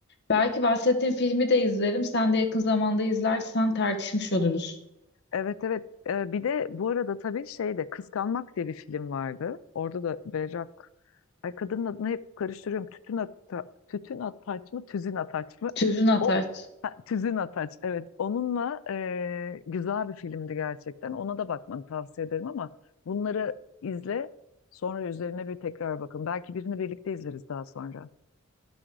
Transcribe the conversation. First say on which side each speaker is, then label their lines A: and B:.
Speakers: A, on the left; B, on the left.
A: Belki bahsettiğim filmi de izlerim. Sen de yakın zamanda izlersen tartışmış oluruz.
B: Evet evet Ee, bir de bu arada tabii şey de Kıskanmak diye bir film vardı. Orada da Berrak Ay kadının adını hep karıştırıyorum. Tütün ata, tütün ataç mı, tüzün ataç mı?
A: Tüzün Ataç.
B: O ha, tüzün ataç. Evet, onunla e, güzel bir filmdi gerçekten. Ona da bakmanı tavsiye ederim ama bunları izle. Sonra üzerine bir tekrar bakın. Belki birini birlikte izleriz daha sonra.